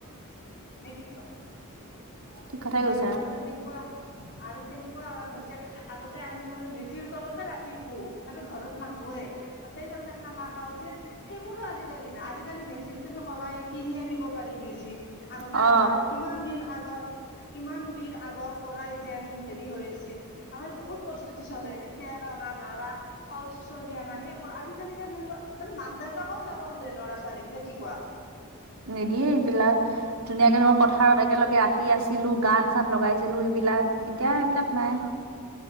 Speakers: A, on the left (about 55°); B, on the right (about 85°).
A: দে কি কোৱা?
B: ঠিক কথাই কৈছা
A: আৰু আৰু এনেকুৱা আৰু কেনেক- এনেকুৱা হৈছে আগতে আমি তাৰমানে মেজিৰ তলতে ৰাতি শো আমি ঘৰত নাহোৱেই তাতে তাৰ মানে খানা খাও যেন সেইবোৰো আজিকালি নাই। আজিকালি মেজিত তুমি কলাই কিনি আনিব পাৰি মেজি। আগতে
B: অ
A: আমাৰ কিমান দিন আগৰ। কিমান দিন আগৰ পৰাই যেন হেৰি হৈ আছিল, আমাৰ বহুত প্ৰস্তুতি চলে খেৰ অনা। নাৰা কল চনি আনা সেইবোৰ আজিকালি যেন সেইবোৰ মানে মাক দেউতাকও যাব নোদে ল'ৰা ছোৱালীক। কে কি কোৱা?
B: নিদিয়ে এইবিলাক ধুনীয়াকে তোমাৰ পথাৰত একেলগে ৰাতি আছ- ছিলো গান চান লগাইছিলো এইবিলাক এতিয়া এইবিলাক নাই।